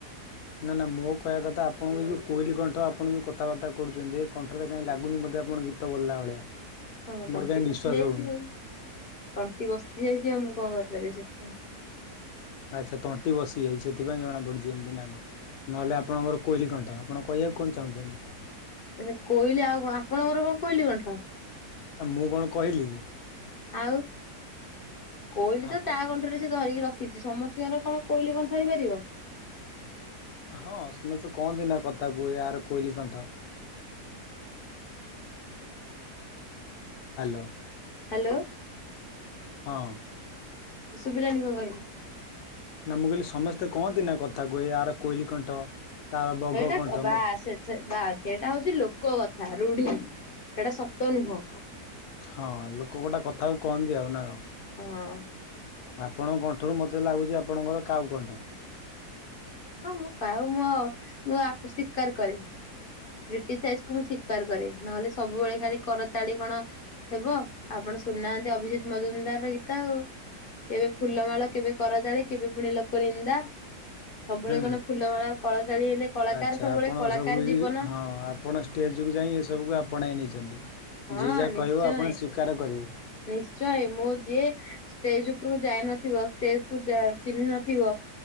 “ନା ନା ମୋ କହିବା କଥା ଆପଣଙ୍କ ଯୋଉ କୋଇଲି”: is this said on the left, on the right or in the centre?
Left